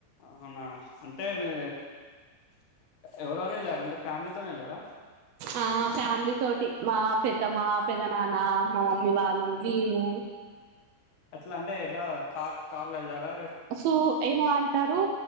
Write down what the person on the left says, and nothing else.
అవునా అంటే మీ ఎవరెవరేళ్ళార్ అంటే ఫ్యామిలీతోనేళ్ళారా
అట్లా అంటే ఎట్లా కార్ కార్లో వెళ్లారా